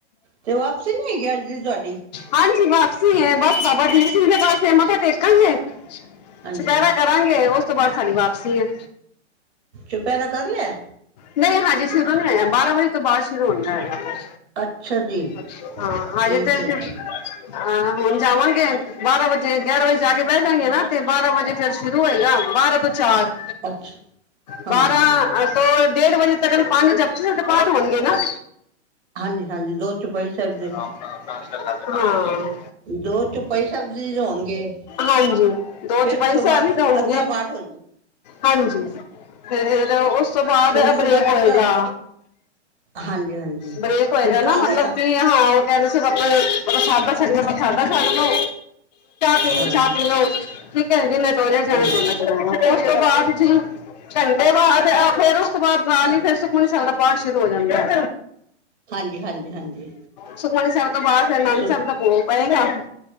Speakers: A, on the right; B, on the left.
A: ਤੇ ਵਾਪਸੀ ਨੀ ਹੈਗੀ ਅੱਜ ਦੀ ਤੁਆਡੀ।
B: ਹਾਂਜੀ ਵਾਪਸੀ ਹੈ ਬਸ ਬਾਬਾ ਦੀਪ ਸਿੰਘ ਦੇ ਪਾਸੇ ਮੱਥਾ ਟੇਕਾਂਗੇ,
A: ਹਾਂਜੀ
B: ਚੁਪਹਿਰਾ ਕਰਾਂਗੇ, ਉਸ ਤੋਂ ਬਾਅਦ ਸਾਡੀ ਵਾਪਸੀ ਆ।
A: ਚੁਪਹਿਰਾ ਕਰ ਲਿਆ।
B: ਨਹੀਂ ਹਾਂਜੀ ਸ਼ੁਰੂ ਨੀ ਹੋਇਆ ਬਾਰਾਂ ਵਜੇ ਤੋਂ ਬਾਅਦ ਸ਼ੁਰੂ ਹੁੰਦਾ ਹੈਗਾ।
A: ਅੱਛਾ ਜੀ
B: ਅੱਛਾ ਹਾਂ
A: ਠੀਕ
B: ਅਜੇ ਤੇ
A: ਹੈ ਜੀ
B: ਹਾਂ ਹੁਣ ਜਾਵਾਂਗੇ ਬਾਰਾਂ ਵਜੇ ਗਿਆਰਾਂ ਵਜੇ ਜਾ ਕੇ ਬਹਿ ਜਾਗੇ ਨਾ ਤੇ ਬਾਰਾਂ ਵਜੇ ਫੇਰ ਸ਼ੁਰੂ ਹੋਏਗਾ ਬਾਰਾਂ ਤੋਂ ਚਾਰ
A: ਅੱਛਾ ਹਾਂ
B: ਬਾਰਾਂ
A: ਹਾਂ
B: ਦੋ ਡੇਢ ਵਜੇ ਤੱਕ ਪੰਜ ਜਪ ਸੁਖਮਨੀ ਸਾਹਿਬ ਦੇ ਹੋਣਗੇ ਨਾ
A: ਹਾਂਜੀ ਹਾਂਜੀ ਦੋ ਚੁਪਈ ਸਾਹਿਬ ਦੇ
B: ਰਾਮ ਰਾਮ ਹਮ
A: ਦੋ ਚੋਪਈ ਸਾਹਿਬ ਜੀ ਹੋਣਗੇ।
B: ਹਾਂਜੀ ਦੋ
A: ਫਿਰ
B: ਚੋਪਈ
A: ਉਸ ਤੋਂ
B: ਸਹਿਬ
A: ਬਾਅਦ
B: ਵੀ ਕਰੂਗੀ।
A: ਅੱਧਾ ਪਾਠ ਹੋ
B: ਹਾਂਜੀ, ਫੇਰ ਉਸ ਤੋਂ ਬਾਅਦ'
A: ਫਿਰ ਉਸ
B: ਬ੍ਰੇਕ
A: ਤੋਂ ਬਾਅਦ
B: ਹੋਏਗਾ,
A: ਅੱਧਾ ਹਾਂਜੀ ਹਾਂਜੀ
B: ਬ੍ਰੇਕ ਹੋਏਗਾ
A: ਕੁਛ
B: ਨਾ
A: ਖਾ
B: ਮਤਲਬ
A: ਲੈਣਾ
B: ਕੀ ਹਾਂ ਉਹ ਕਹਿੰਦੇ ਸੀ ਮਤਲੱਬ ਪ੍ਰਸ਼ਾਦਾ ਛਕਣਾ ਪ੍ਰਸ਼ਾਦਾ ਛਕ ਲਓ। ਚਾਹ
A: ਹਾਂ
B: ਪੀ ਲਓ ਠੀਕ ਹੈ ਜਿਹਨੇ ਕਾਲਜ ਜਾਣਾ
A: ਹਾਂਜੀ
B: ਕਾਲਜ ਚਲ ਜਾਓ ਉਸ ਤੋਂ ਬਾਅਦ ਜੀੰ ਉਹ ਬਾਅਦ ਨਾਲ ਹੀ ਫੇਰ ਉਸ ਤੋਂ ਬਾਅਦ ਨਾਲ ਹੀ ਫੇਰ ਸੁਖਮਨੀ ਦਾ ਪਾਠ ਸ਼ੁਰੂ ਹੋ ਜਾਂਦਾ।
A: ਹਾਂਜੀ ਹਾਂਜੀ ਹਾਂਜੀ
B: ਸੁਖਮਨੀ ਸਾਹਿਬ ਦੇ ਬਾਅਦ ਫੇਰ ਅਨੰਦ
A: ਸੁ
B: ਸਾਹਿਬ ਦਾ ਭੋਗ ਪਏਗਾ।